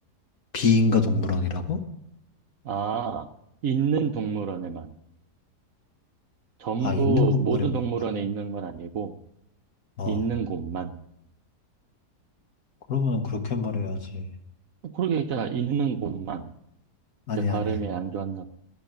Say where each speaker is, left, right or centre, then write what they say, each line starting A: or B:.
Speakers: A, on the left; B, on the right.
A: 비인가 동물원이라고?
B: 아, 있는 동물원에만. 전부
A: 아, 있는 동물에
B: 모든
A: 이라다고
B: 동물원에 있는 건 아니고
A: 어,
B: 있는 곳만.
A: 그러면 그렇게 말해야지.
B: 어, 그러게 있잖아. 있는 곳만.
A: 아니,
B: 이제 발음이
A: 아니. 아니,
B: 안 좋았나 봐.